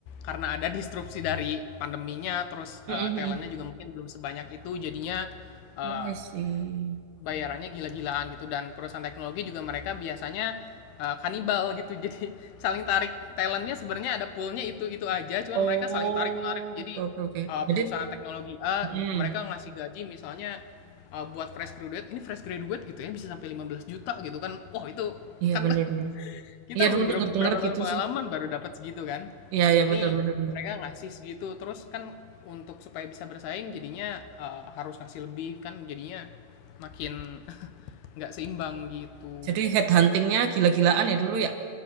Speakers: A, on the left; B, on the right.
A: karena ada disrupsi dari pandeminya terus eh,
B: Mm-mm.
A: talentnya juga mungkin belum sebanyak itu jadinya eh,
B: oh I see.
A: bayarannya gila-gilaan gitu dan perusahaan teknologi juga mereka biasanya eh, kanibal gitu <laughs> jadi saling tarik talentnya sebenarnya ada poolnya itu itu aja cuman
B: Oh,
A: mereka saling tarik menarik jadi
B: oke oke oke.
A: eh,
B: Jadi,
A: perusahaan teknologi A
B: mm
A: mereka ngasih gaji misalnya eh, buat fresh graduate ini fresh graduate gitu ya bisa sampai 15 juta gitu kan wah itu
B: iya
A: kan
B: benar
A: <laughs>
B: benar
A: kita
B: Iya dulu
A: udah berapa,
B: dengar dengar
A: berapa tahun
B: gitu
A: pengalaman
B: sih.
A: baru dapat segitu kan
B: Iya iya
A: ini
B: benar benar benar
A: mereka ngasih segitu terus kan untuk supaya bisa bersaing jadinya eh, harus ngasih lebih kan jadinya makin nggak seimbang gitu
B: Jadi head huntingnya gila-gilaan ya dulu ya.